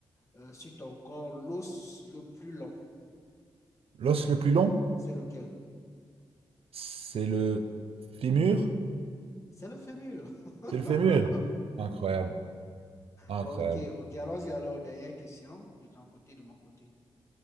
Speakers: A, on the left; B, on the right.
A: euh, sur ton corps l'os le plus long.
B: L'os le plus long,
A: C'est lequel?
B: c'est le fémur.
A: C'est le fémur. <laughs>
B: C'est le fémur. Incroyable, incroyable.
A: Ok, ok. Allons-y alors. Dernière question de ton côté, de mon côté.